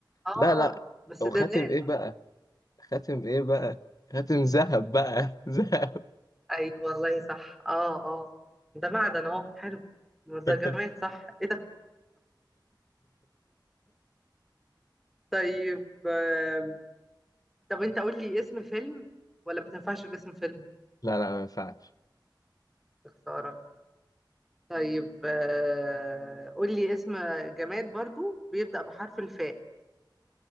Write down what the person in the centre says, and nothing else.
اه
بس
ده
دال
أيوة والله صح اه اه ده معدن اهو حلو ما ده
جماد صح ايه ده طيب آم، طب انت قول لي اسم فيلم ولا ما تنفعش باسم فيلم
يا خسارة طيب آه، قول لي اسم جماد برضو بيبدأ بحرف الفاء